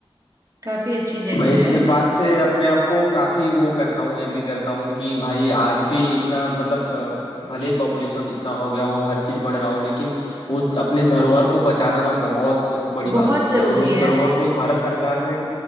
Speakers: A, on the right (about 35°); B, on the left (about 70°).
A: काफी अच्छी जगह
B: मैं इस
A: है
B: बात से अपने आप को काफी वो करता हूँ एग्री करता हूँ कि भाई आज भी इतना मतलब अ, भले पॉपुलेशन इतना हो गया हो हर चीज बढ़ रहा हो लेकिन वो अपने धरोहर को बचाना ना बहुत बड़ी
A: बहुत
B: बात होती
A: जरूरी
B: है और उस
A: है
B: धरोहर को भारत सरकार ने